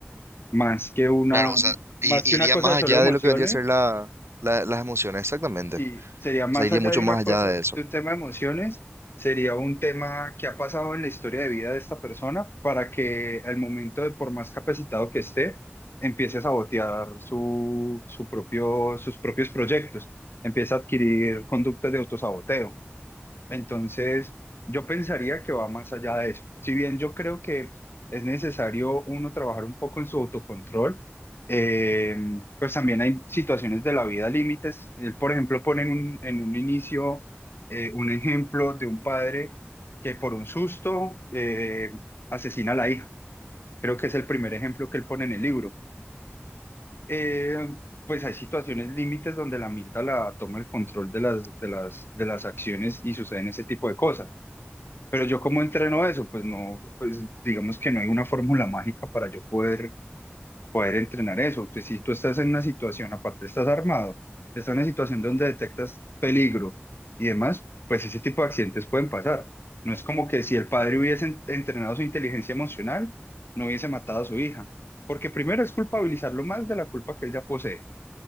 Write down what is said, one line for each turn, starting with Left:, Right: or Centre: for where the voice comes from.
Left: Más que una,
Right: claro, o sea, i-
Left: más que
Right: iría
Left: una cosa
Right: más
Left: de solo
Right: allá
Left: emociones
Right: de lo que vendría a ser la, la- las emociones, exactamente.
Left: Sí, sería más
Right: O sea, iría
Left: allá
Right: mucho
Left: de una
Right: más allá
Left: cosa,
Right: de eso.
Left: de un tema de emociones, sería un tema que ha pasado en la historia de vida de esta persona para que al momento de, por más capacitado que esté, empiece a sabotear su, su propio, sus propios proyectos, empiece a adquirir conductas de autosaboteo. Entonces, yo pensaría que va más allá de eso. Si bien yo creo que es necesario uno trabajar un poco en su autocontrol, eh, pues también hay situaciones de la vida límites. Él, por ejemplo, pone en un, en un inicio eh, un ejemplo de un padre que por un susto eh, asesina a la hija. Creo que es el primer ejemplo que él pone en el libro. Eh, pues hay situaciones límites donde la amígdala toma el control de las, de las, de las acciones y suceden ese tipo de cosas. Pero yo cómo entreno eso, pues no, pues digamos que no hay una fórmula mágica para yo poder, poder entrenar eso. Pues si tú estás en una situación, aparte estás armado, estás en una situación donde detectas peligro y demás, pues ese tipo de accidentes pueden pasar. No es como que si el padre hubiese en- entrenado su inteligencia emocional, no hubiese matado a su hija. Porque primero es culpabilizarlo más de la culpa que él ya posee,